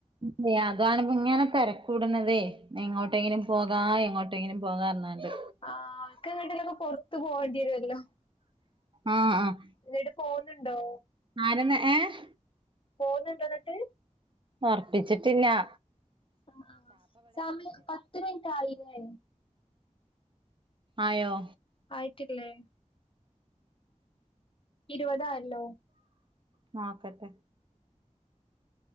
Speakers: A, on the right; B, on the left.
A: മിആദ്വാണങ്കി ഇങ്ങനെ തിരക്കൂടുന്നതേ ന്നെങ്ങോട്ടെങ്കിലും പോകാ എങ്ങോട്ടെങ്കിലും പോകാറഞ്ഞാണ്ട്
B: ആഹ് അവർക്ക്ങ്ങട്ടേലൊക്കെ പുറത്തു പോകേണ്ടിവരുവല്ലോ
A: ആഹ് ആഹ്
B: എന്നിട്ട് പോവുന്നുണ്ടോ
A: ആരെമ്മെ ഏഹ്
B: പോവുന്നുണ്ടൊന്നെട്ട്?
A: ഒർപ്പിച്ചിട്ടില്ലാ
B: ആഹ് ആഹ് സമയം പത്ത് മിനിറ്റ് ആയിലേ?
A: ആയോ?
B: ആയിട്ടില്ലെ? ഇരുവതായല്ലോ?
A: നോക്കട്ടെ